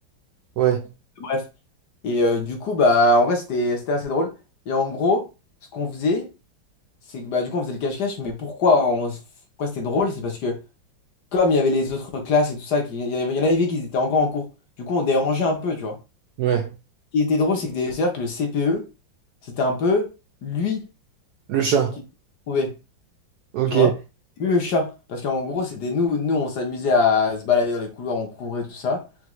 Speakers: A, on the right; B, on the left.
A: Ouais,
B: bref. Et euh, du coup, bah, en vrai, c'était, c'était assez drôle. Et en gros, ce qu'on faisait, c'est que, bah, du coup, on faisait le cache-cache, mais pourquoi, on, s- pourquoi c'était drôle? C'est parce que, comme il y avait les autres classes et tout ça, qui- il y, avait- il y en avait qui étaient encore en cours. Du coup, on dérangeait un peu, tu vois.
A: ouais.
B: qui était drôle, c'est que des- c'est-à-dire que le CPE, c'était un peu lui
A: Le chat.
B: qui trouvait,
A: Ok.
B: tu vois? Lui, le chat. Parce qu'en gros, c'était nous, nous, on s'amusait à se balader dans les couloirs, on courait, tout ça.